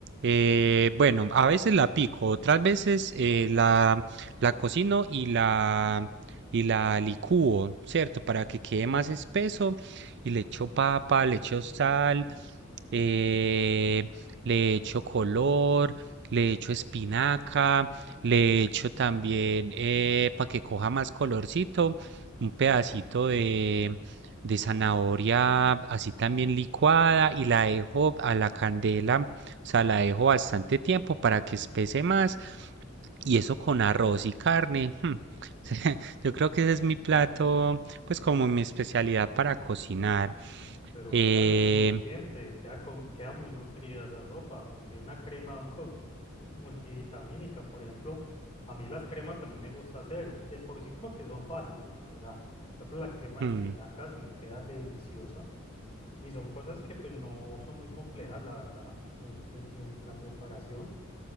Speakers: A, on the right; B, on the left.
A: eh, bueno, a veces la pico, otras veces eh, la, la cocino y la, y la licúo, ¿cierto? Para que quede más espeso y le echo papa, le echo sal, eh, le echo color, le echo espinaca, le echo también para que coja más colorcito un pedacito de, de zanahoria así también licuada y la dejo a la candela, o sea, la dejo bastante tiempo para que espese más y eso con arroz y carne. hmm, <laughs> Yo creo que ese es mi plato, pues como mi especialidad para cocinar.
B: Pero
A: Eh,
B: queda bien nutriente, queda, como, queda muy nutrida esa sopa, porque una crema <laughs> mu- multivitamínica, por ejemplo, a mí las cremas también me gusta hacer, de por sí porque son fáciles, la verdad. Por ejemplo, la crema de
A: mm,
B: espinacas me queda deliciosa y son cosas que pues no son muy complejas, la verdad, en, en- en- en la preparación,